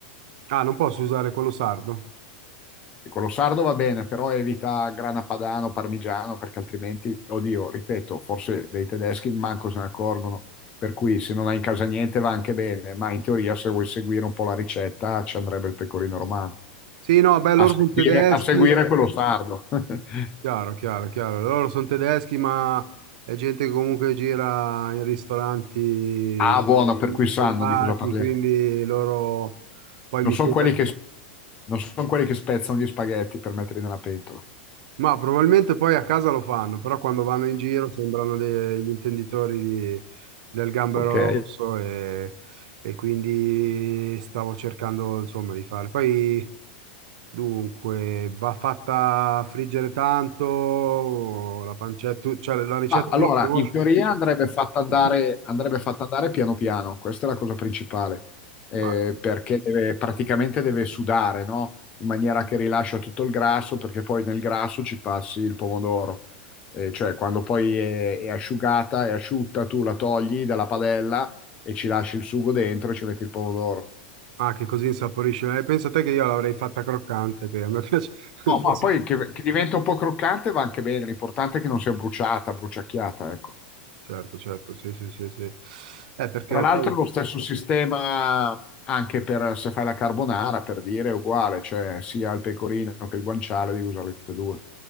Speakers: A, on the right; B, on the left.
A: Ah, non posso usare quello sardo?
B: Quello sardo va bene, però evita grana padano, parmigiano, perché altrimenti, oddio, ripeto, forse dei tedeschi manco se ne accorgono. Per cui se non hai in casa niente va anche bene, ma in teoria se vuoi seguire un po' la ricetta ci andrebbe il pecorino romano.
A: Sì, no, beh, loro
B: A seguire,
A: sono tedeschi,
B: a seguire quello sardo. <laughs>
A: chiaro, chiaro, chiaro, loro sono tedeschi, ma è gente che comunque gira in ristoranti
B: Ah, buono,
A: stellati,
B: per cui sanno di cosa parliamo.
A: quindi loro poi
B: Non
A: mi
B: sono
A: chiedono...
B: quelli che, non son quelli che spezzano gli spaghetti per metterli nella pentola.
A: Ma probabilmente poi a casa lo fanno, però quando vanno in giro sembrano degli intenditori di- del gambero
B: Ok.
A: rosso e, e quindi stavo cercando insomma di fare. Poi dunque va fatta friggere tanto la pancetta, tu- cioè la ricetta
B: Ma allora,
A: tu la conosci?
B: in teoria andrebbe fatta andare,
A: <clears throat>
B: andrebbe fatta andare piano piano, questa è la cosa principale, eh,
A: Ah,
B: perché deve- praticamente deve sudare, no? In maniera che rilascia tutto il grasso, perché poi nel grasso ci passi il pomodoro. Eh, cioè, quando poi è, è asciugata, è asciutta, tu la togli dalla padella e ci lasci il sugo dentro e ci metti il pomodoro.
A: ah, che così insaporisce. Eh, pensa te che io l'avrei fatta croccante, che a me piace, <laughs>
B: No,
A: forse,
B: ma poi che, che diventa un po' croccante va anche bene, l'importante è che non sia bruciata, bruciacchiata, ecco.
A: certo, certo, sì, sì, sì, sì. Eh, perché
B: Tra l'altro
A: poi...
B: lo stesso sistema anche per se fai la carbonara, per dire, è uguale, cioè sia il pecorino che il guanciale devi usarli tutte e due.